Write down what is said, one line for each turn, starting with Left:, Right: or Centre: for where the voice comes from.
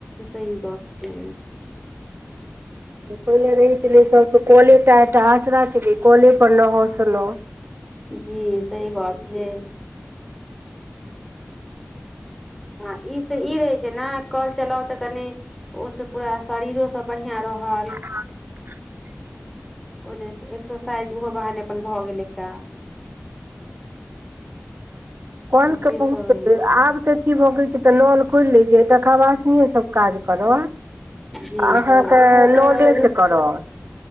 Centre: सही गप छै।
Right: पहिले रहै छलै सब त कले टा एकटा आसरा छलै कले पर नहाउ सुनाउ
Centre: जी सही गप छै। आ ई से ई रहै छै ने कल चलाउ तऽ कनि ओसे पूरा शरीरोसभ बढ़िआँ रहल
Right: <inaudible>
Centre: ओ जे एक्ससाइज ओहो बहानेे अपन भए गेल एकटा
Right: कल
Centre: तऽ से
Right: के बहुत
Centre: सब रहै छै
Right: आब तऽ की भऽ गेल छै त नल खोलि ले छै एकटा खवासनीयो सब काज करत
Centre: जी
Right: अहाँके
Centre: सही गप
Right: नले
Centre: कहलियै
Right: से करत